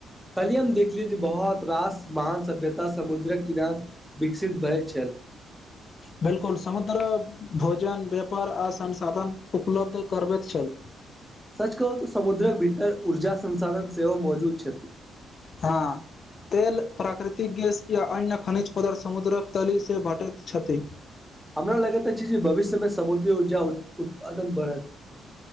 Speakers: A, in the centre; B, on the left.
A: कहलियै हम देखलियै जे बहुत रास महान सभ्यता समुद्रक किनार विकसित भेल छल <inaudible>
B: बिल्कुल समुद्र भोजन व्यापार आ संसाधन उपलब्ध करबैत छल
A: सच कहू त समुद्रक भीतर ऊर्जा संसाधन सेहो मौजूद छै
B: हँ तेल प्राकृतिक गैस या अन्य खनिज पदार्थ समुद्रक तलीसँ भटैत छथि
A: हमरा लगैत अछि जे भविष्यमे समुद्री ऊर्जा उत्पादन बढ़त